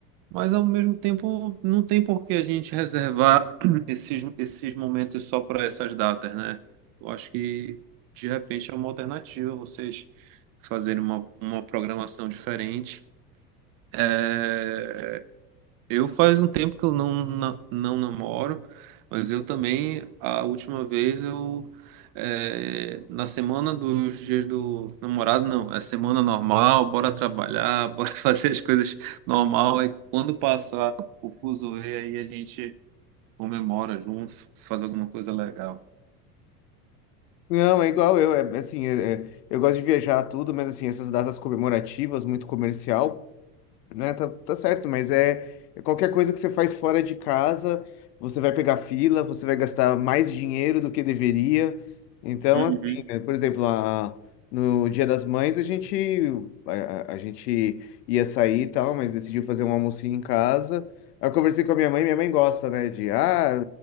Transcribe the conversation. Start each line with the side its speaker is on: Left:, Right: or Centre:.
Right: Mas ao mesmo tempo, não tem por que a gente reservar <clears throat> esses, esses momentos só para essas datas, né? Eu acho que de repente é uma alternativa vocês fazerem uma, uma programação diferente é, eu faz um tempo que eu não, na- não, namoro, mas eu também, a última vez eu, é, na semana dos dias do namorado, não, é semana normal, bora trabalhar, <laughs> bora fazer as coisas normal, e quando passar o fuzuê, aí a gente comemora junto, faz alguma coisa legal.
Left: Não, é igual eu, é assim, é- é- eu gosto de viajar tudo, mas assim, essas datas comemorativas, muito comercial né? Tá, tá certo, mas é é qualquer coisa que você faz fora de casa, você vai pegar fila, você vai gastar mais dinheiro do que deveria. Então,
Right: Uhum,
Left: assim, né, por exemplo, a, no Dia das Mães a gente a, a- a gente ia sair e tal, mas decidiu fazer um almocinho em casa. Aí eu conversei com a minha mãe, minha mãe gosta, né, de ah,